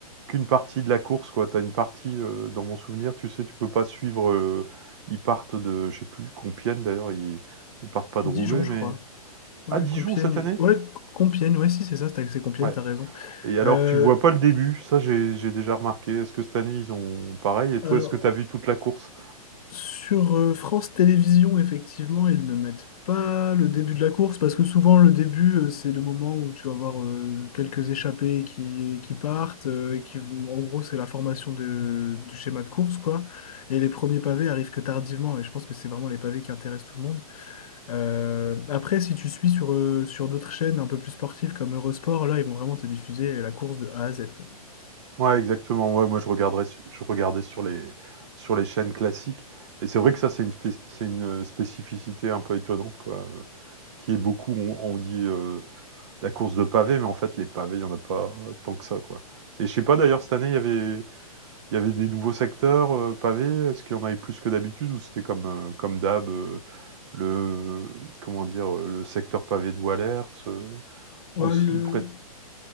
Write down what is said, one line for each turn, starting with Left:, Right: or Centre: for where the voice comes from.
Right: Qu'une partie de la course, quoi. Tu as une partie, heu, dans mon souvenir, tu sais, tu peux pas suivre, heu, ils partent de je sais plus Compiègne d'ailleurs, ils ils partent pas de
Left: Dijon,
Right: Roubaix,
Left: je
Right: mais
Left: crois. Ouais,
Right: à Dijon
Left: Compiègne.
Right: cette année?
Left: Ouais, Compiègne, ouais, si, c'est ça, c'est c'est Compiègne,
Right: Ouais
Left: t'as raison.
Right: et alors
Left: Euh,
Right: tu vois pas le début, ça j'ai j'ai déjà remarqué. Est-ce que cette année ils ont pareil et toi,
Left: alors,
Right: est-ce que tu as vu toute la course?
Left: Sur euh, France Télévisions, effectivement, ils ne mettent pas le début de la course parce que souvent le début, euh, c'est le moment où tu vas avoir euh, quelques échappés qui, qui partent euh, et qui vont. En gros, c'est la formation de- du schéma de course, quoi. Et les premiers pavés arrivent que tardivement et je pense que c'est vraiment les pavés qui intéressent tout le monde. Euh, après, si tu suis sur, euh, sur d'autres chaînes un peu plus sportives comme Eurosport, là, ils vont vraiment te diffuser la course de A à Z, quoi.
Right: Ouais, exactement, ouais, moi je regarderais su je regardais sur les sur les chaînes classiques et c'est vrai que ça, c'est une spéc c'est une, euh, spécificité un peu étonnante, quoi, heu, qui est beaucoup on on dit, heu la course de pavés, mais en fait, les pavés, il n'y en a pas tant que ça, quoi. Et je sais pas d'ailleurs, cette année, il y avait, il y avait des nouveaux secteurs euh, pavés. Est-ce qu'il y en avait plus que d'habitude ou c'était comme, euh, comme d'hab, euh, le, comment dire, euh, le secteur pavé de Wallers, euh,
Left: Ouais,
Right: aussi
Left: le-
Right: près de-